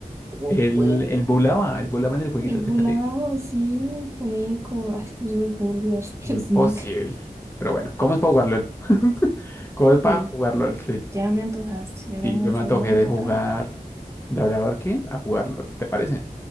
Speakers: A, on the right; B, on the left.
A: ¿Cómo
B: Él,
A: puedo?
B: él volaba, él volaba en el jueguito
A: El
B: de
A: volado
B: TFT.
A: así, comico, ay, no se me puede olvidar, <laughs>
B: Imposible.
A: Smec.
B: Pero bueno, ¿cómo es para jugar LOL? <laughs> ¿Cómo es para
A: Sí,
B: jugar LOL? Sí.
A: ya me antojaste, ya hablo
B: Y
A: mucho
B: yo me antojé
A: de LOL,
B: de
A: toca,
B: jugar, de hablar a quién, a jugar LOL, ¿te parece?